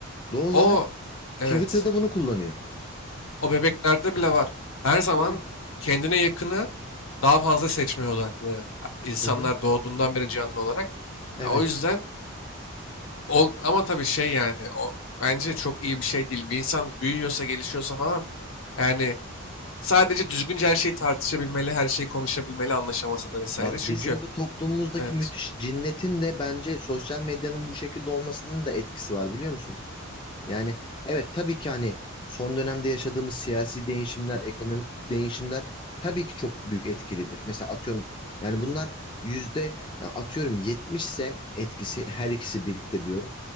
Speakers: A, on the left; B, on the left.
A: Doğal
B: O
A: olarak
B: evet.
A: Twitter'da bunu kullanıyor.
B: O bebeklerde bile var. Her zaman
A: Evet.
B: kendine yakını daha fazla seçmeye odaklı. Ha, insanlar
A: Hı hı.
B: doğduğundan beri canlı olarak.
A: Evet.
B: Ha, O yüzden Ol, ama tabii şey yani o bence çok iyi bir şey değil. Bir insan büyüyorsa, gelişiyorsa falan yani sadece düzgünce her şeyi tartışabilmeli, her şeyi konuşabilmeli anlaşamasa da vesaire.
A: Bak
B: Çünkü
A: bizim bu toplumumuzdaki
B: evet
A: müthiş cinnetin de bence sosyal medyanın bu şekilde olmasının da etkisi var biliyor musun? Yani evet tabii ki hani son dönemde yaşadığımız siyasi değişimler, ekonomik değişimler tabii ki çok büyük etkilidir. Mesela atıyorum yani bunlar yüzde e, atıyorum 70 ise etkisi her ikisi birlikte diyorum.